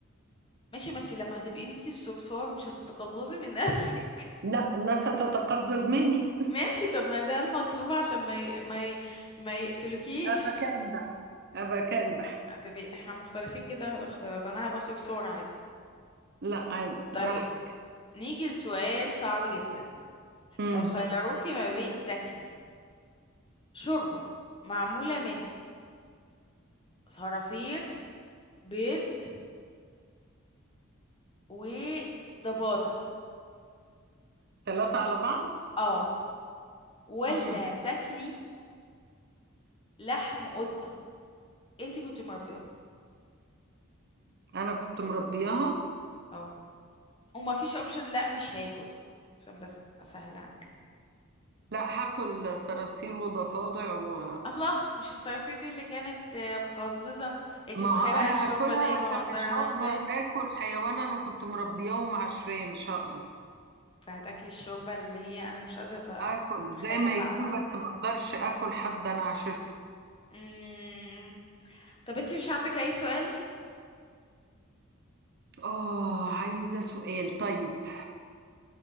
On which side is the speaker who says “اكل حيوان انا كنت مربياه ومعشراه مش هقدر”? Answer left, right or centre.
Right